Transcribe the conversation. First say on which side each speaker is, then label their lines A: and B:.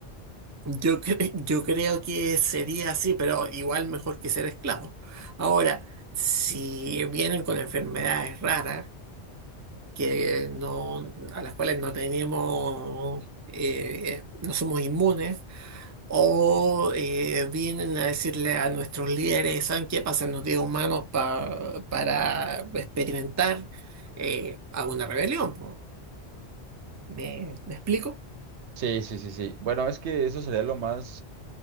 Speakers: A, on the right; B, on the right.
A: yo, cre- yo creo que sería así, pero igual mejor que ser esclavo. Ahora, si vienen con enfermedades raras, que no, a las cuales no tenemos, eh, no somos inmunes, O eh, vienen a decirle a nuestros líderes, ¿saben qué? Pásennos 10 humanos pa- para experimentar eh, a rebelión. po. ¿Me, me explico?
B: Sí, sí, sí, sí. Bueno, es que eso sería lo más...